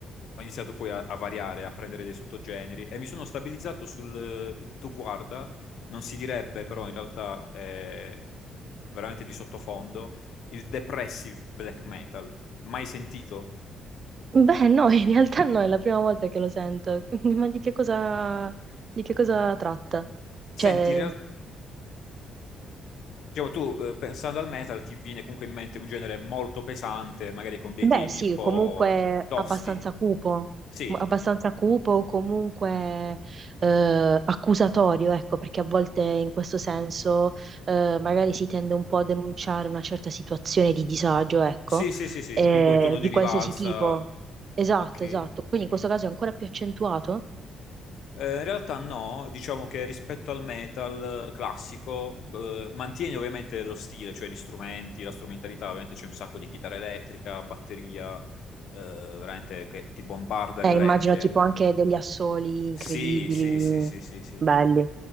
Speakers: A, on the left; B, on the right.
A: ho iniziato poi a, a variare, a prendere dei sottogeneri e mi sono stabilizzato sul eh, Tu guarda, non si direbbe però in realtà è veramente di sottofondo, il depressive black metal, mai sentito?
B: Beh, no, in realtà no, è la prima volta che lo sento. <laughs> Ma di che cosa, di che cosa tratta?
A: Senti,
B: Cioè,
A: in realtà... Diciamo, tu eh, pensando al metal ti viene comunque in mente un genere molto pesante, magari con dei
B: Beh,
A: temi
B: sì,
A: un po'
B: comunque
A: tosti.
B: abbastanza cupo,
A: Sì,
B: m- abbastanza cupo, comunque eh, accusatorio, ecco, perché a volte in questo senso eh, magari si tende un po' a denunciare una certa situazione di disagio, ecco,
A: sì, sì, sì, sì,
B: eh,
A: comunque un tono di
B: di
A: rivalsa.
B: qualsiasi tipo. Esatto,
A: Ok.
B: esatto. Quindi in questo caso è ancora più accentuato.
A: Eh, in realtà no, diciamo che rispetto al metal classico eh, mantieni ovviamente lo stile, cioè gli strumenti, la strumentalità, ovviamente c'è un sacco di chitarra elettrica, batteria, eh, veramente che ti bombarda
B: Eh,
A: le orecchie.
B: immagino tipo anche degli assoli incredibili,
A: Sì, sì, sì, sì, sì, sì.
B: belli,